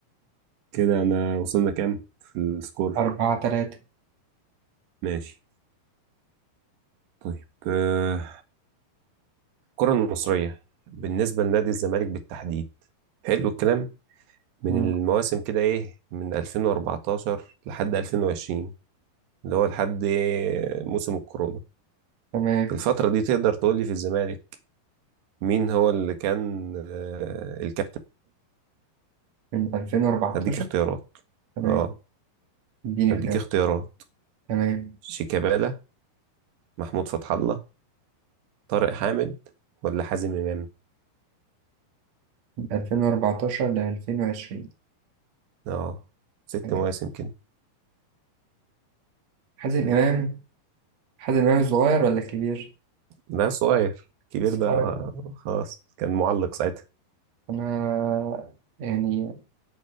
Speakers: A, on the right; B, on the right.
A: كده أنا وصلنا كام في السكور
B: أربعة تلاتة
A: ماشي طيب آه، الكرة المصرية بالنسبة لنادي الزمالك بالتحديد حلو الكلام من
B: مم.
A: المواسم كده إيه من 2014 لحد 2020 اللي هو لحد إيه؟ موسم الكورونا
B: تمام
A: الفترة دي تقدر تقول لي في الزمالك مين هو اللي كان آه، الكابتن
B: من 2014
A: هديك اختيارات
B: تمام
A: اه
B: اديني
A: هديك
B: اختيار
A: اختيارات
B: تمام
A: شيكابالا محمود فتح الله طارق حامد ولا حازم امام
B: من 2014 ل 2020
A: اه ست
B: تمام
A: مواسم كده
B: حازم إمام حازم إمام الصغير ولا الكبير؟
A: ده صغير الكبير
B: الصغير
A: ده آه، خلاص كان معلق ساعتها
B: أنا يعني